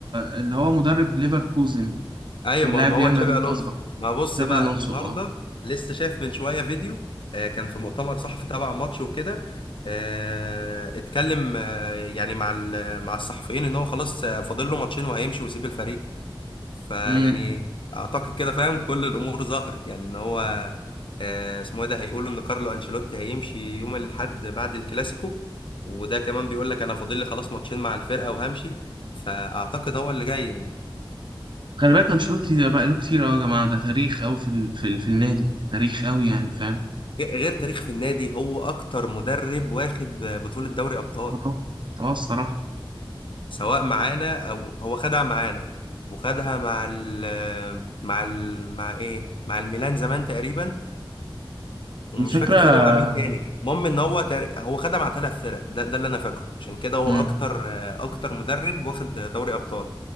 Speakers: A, on the right (about 60°); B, on the left (about 65°).
A: اللي هو مدرب ليفركوزن
B: ايوه
A: كان
B: ما
A: لاعب
B: ما
A: ريال
B: هو تشابي
A: مدريد
B: الونزو
A: اسبق
B: ما بص
A: شابي
B: بقى
A: الونسو
B: النهارده
A: اه
B: لسه شايف من شويه فيديو آه، كان في مؤتمر صحفي تبع ماتش وكده آه، اتكلم آه، يعني مع ال- مع الصحفيين ان هو خلاص آه، فاضل له ماتشين وهيمشي ويسيب الفريق فيعني
A: امم
B: اعتقد كده فاهم كل الامور ظهرت يعني ان هو آه، اسمه ايه ده هيقولوا ان كارلو انشيلوتي هيمشي يوم الاحد بعد الكلاسيكو وده كمان بيقول لك انا فاضل لي خلاص ماتشين مع الفرقه وهمشي فاعتقد هو اللي جاي يعني
A: خلي بالك انشيلوتي ده بقى له كتير قوي يا جماعه ده تاريخ قوي في ال... في, ال... في النادي تاريخ قوي يعني فاهم
B: غير تاريخ في النادي هو اكتر مدرب واخد بطولة دوري ابطال
A: اه اه الصراحه
B: سواء معانا او هو خدها معانا وخدها مع ال مع ال مع ايه مع الميلان زمان تقريبا ومش
A: الفكره
B: فاكر خدها مع مين تاني المهم ان هو تار... هو خدها مع ثلاث فرق ده, ده اللي انا فاكره عشان كده هو
A: امم
B: اكتر اكتر مدرب واخد دوري ابطال